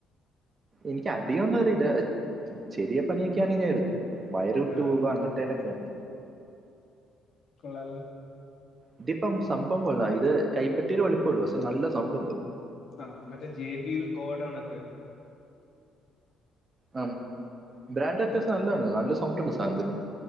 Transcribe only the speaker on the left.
ആ
കൊള്ളാല്ലോ
ആഹ മറ്റേ ജെ ബി എൽ ഗോഡണക്ക്